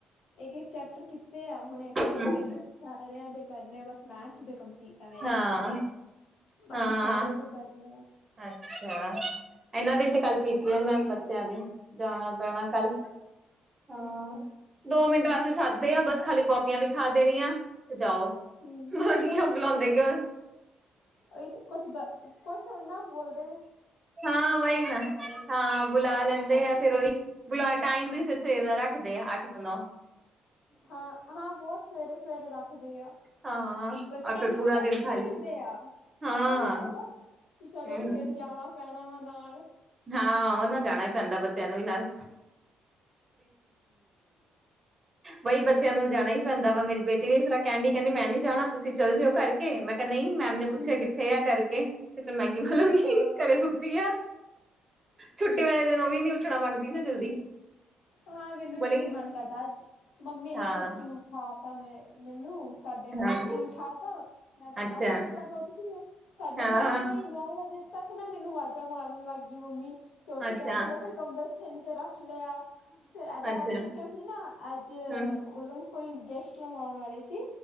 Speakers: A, on the left; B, on the right.
A: ਇੱਕ ਇੱਕ ਚੈਪਟਰ ਕੀਤੇ ਆ ਹੁਣੇ ਦੇਖੋ
B: ਹਮ
A: ਇੱਕ ਇੱਕ ਸਾਰਿਆਂ ਦੇ ਕਰਨੇ ਬਸ ਮੈਥ ਦੇ ਕੰ ਠੀਕ ਆ ਮੇਰੇ
B: ਹਾਂ
A: ਬਾਕੀ
B: ਹਾਂ
A: ਸਾਰਿਆਂ ਦੇ ਕਰਨੇ ਆ
B: ਅੱਛਾ ਇਹਨਾਂ ਦੀ ਵੀ ਤੇ ਕੱਲ ਪੀਟੀਐੱਮ ਆ ਕਲ ਬੱਚਿਆਂ ਦੀ ਜਾਣਾ ਪੈਣਾ ਕੱਲ
A: ਅੱਛਾ
B: ਹਾਂ ਦੋ ਮਿੰਟ ਵੈਸੇ ਸੱਦੇ ਆ ਬਸ ਖਾਲੀ ਕਾਪੀਆਂ ਵੀਖਾ ਦੇਣੀਆਂ ਤੇ ਜਾਓ
A: ਹੂੰ
B: ਵਧੀਆ ਬੁਲਾਉਂਦੇ ਕਿਓਂ ਆ
A: ਤੇ ਕੁਛ ਕੁਛ ਨਾ ਬੋਲਦਾ
B: ਹਾਂ ਬਹੀ ਨਾ
A: ਨੂੰ
B: ਹਾਂ ਬੁਲਾ
A: ਤੰਗ
B: ਲੈਂਦੇ
A: ਕਰਦੇ
B: ਆ ਫੇਿਰ ਉਹੀ ਬੁਲਾ ਟਾਈਮ ਵੀ ਫਿਰ ਸਵੇਰ ਦਾ ਰੱਖ ਦੇ ਆ ਅੱਠ ਤੋਂ ਨੋਂ
A: ਹਾਂ ਹਾਂ ਬਹੁਤ ਸਵੇਰੇ ਸਵੇਰੇ ਰੱਖਦੇ ਆ
B: ਹਾਂ
A: ਬੱਚਿਆਂ
B: ਔਰ ਫਿਰ
A: ਨੂੰ
B: ਪੂਰਾ
A: ਵੀ ਰੈਸਟ
B: ਦਿਨ ਖਾਲੀ
A: ਨੀ ਦਿੰਦੇ ਆ
B: ਹਾਂ
A: ਆਪਾਂ ਵੀ ਏਦਾਂ ਕਿ ਚਲੋ
B: ਹਮ
A: ਫੇਰ ਜਾਣਾ ਪੈਣਾ ਵਾ ਨਾਲ
B: ਹਾਂ ਉਹ ਨਾ ਜਾਣਾ ਹੀ ਪੈਂਦਾ ਬੱਚਿਆਂ ਨੂੰ ਵੀ ਨਾਲ ਬਈ ਬੱਚਿਆਂ ਨੂੰ ਜਾਣਾ ਹੀ ਪੈਂਦਾ ਵਾ ਮੇਰੀ ਬੇਟੀ ਵੀ ਇਸ ਤਰ੍ਹਾਂ ਕਹਿਣ ਕਹਿੰਦੀ ਮੈਂ ਨੀ ਜਾਣਾ, ਤੁਸੀਂ ਚੱਲ ਜਾਇਉ ਕਰਕੇ ਮੈਂ ਕਿਹਾ । ਨਹੀਂ ਮੈਮ ਨੇ
A: ਹੂੰ
B: ਪੁੱਛਿਆ ਕਿੱਥੇ ਆ ਕਰਕੇ ਤੇ ਫਿਰ ਮੈਂ ਕੀ ਬੋਲਾਂਗੀ,
A: ਹਾਂ
B: ਘਰੇ ਸੁੱਤੀ ਆ। ਛੁੱਟੀ ਵਾਲੇ ਦਿਨ ਉਹ ਵੀ ਨੀ ਉੱਠਣਾ ਮੰਗਦੀ ਨਾ ਜਲਦੀ।
A: ਹਾਂ ਮੈਨੂੰ
B: ਬੋਲੇਗੀ
A: ਵੀ ਨੀ ਮਨ ਕਰਦਾ ਅੱਜ ਮੰਮੀ ਨੇ
B: ਹਾਂ
A: ਛੇਤੀ ਉਠਾ ਤਾਂ ਮੈਂ ਮੈਨੂੰ ਸਾਡੇ ਨੌ
B: ਹਾਂ
A: ਵਜੇ ਉਠਾ ਤਾ, ਮੈਂ ਤਾਂ
B: ਅੱਛਾ
A: ਦਸ ਵਜੇ ਤੱਕ ਉੱਠਦੀ ਹਾਂ। ਸਾਢੇ
B: ਹਾਂ
A: ਨੌ ਵਜੇ ਵੀ ਨੀ, ਨੌ ਵਜੇ ਤੱਕ ਨਾ ਮੈਨੂੰ ਆਵਾਜ਼ਾਂ ਮਾਰਨ ਲੱਗ ਗਈ ਮੰਮੀ। ਕੇ ਉੱਠ
B: ਅੱਛਾ,
A: ਜਾ ਉੱਠ ਜਾ, ਫਿਰ ਕੰਬਲ ਛਿੰਨ ਕੇ ਰੱਖ ਲਿਆ। ਫਿਰ ਐਧਾ
B: ਅੱਛਾ,
A: ਕਰਕੇ ਕਿਉਂਕਿ ਨਾ ਅੱਜ
B: ਹੂੰ,
A: ਉਦੋ ਕੋਈ ਗੈਸਟ ਲਗ ਆਉਣ ਵਾਲੇ ਸੀ।